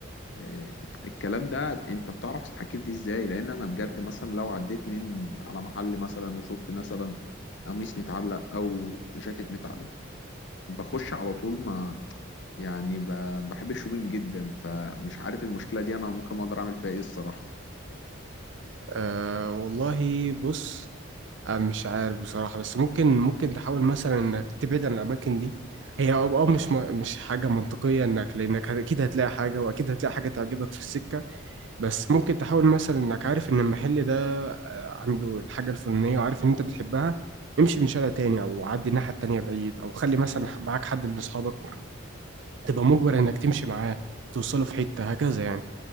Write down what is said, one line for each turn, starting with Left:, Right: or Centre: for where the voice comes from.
Left: آه، الكلام ده انت بتعرف تتحكم فيه ازاي لان انا بجد مثلا لو عديت من على محل مثلا وشفت مثلا قميص متعلق او جاكيت متعلق بخش على طول ما يعني ب- بحب الشوبينج جدا فمش عارف المشكلة دي انا ممكن اقدر اعمل فيها ايه الصراحة
Right: آه والله بص آه، مش عارف بصراحة بس ممكن ممكن تحاول مثلا انك تبعد عن الاماكن دي هي اه آه، مش م- مش حاجة منطقية انك لانك هت- اكيد هتلاقي حاجة واكيد هتلاقي حاجة تعجبك في السكة بس ممكن تحاول مثلا انك عارف ان المحل ده آه، عنده الحاجة الفلانية وعارف ان انت بتحبها امشي من شارع تاني او عدي الناحية التانية بعيد او خلي مثلا معاك حد من اصحابك تبقى مجبر انك تمشي معاه توصله في حتة هكذا يعني